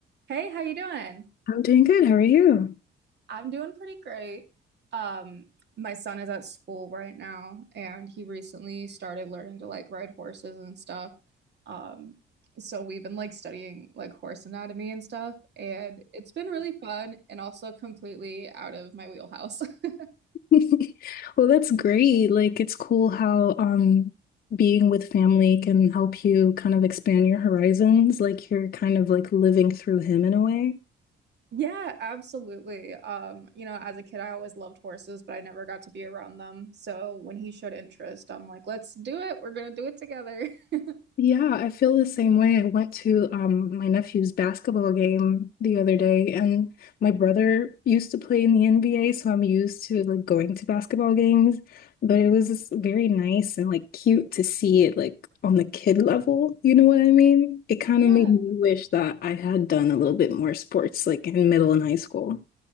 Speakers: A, on the right (about 60°); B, on the left (about 50°).
A: Hey, how you doing?
B: I'm doing good. How are you?
A: I'm doing pretty great. Um, my son is at school right now, and he recently started learning to like ride horses and stuff. Um, so we've been like studying like horse anatomy and stuff, and it's been really fun and also completely out of my wheelhouse. <laughs>
B: <laughs> Well, that's great. Like, it's cool how um being with family can help you kind of expand your horizons. Like, you're kind of like living through him in a way.
A: Yeah, absolutely. Um, you know, as a kid, I always loved horses, but I never got to be around them. So when he showed interest, I'm like, let's do it. We're gonna do it together. <laughs>
B: Yeah, I feel the same way. I went to um, my nephew's basketball game the other day, and my brother used to play in the NBA, so I'm used to like going to basketball games. But it was just very nice and like cute to see it like on the kid level. You know what I mean? It kind
A: Yeah.
B: of made me wish that I had done a little bit more sports like in middle and high school.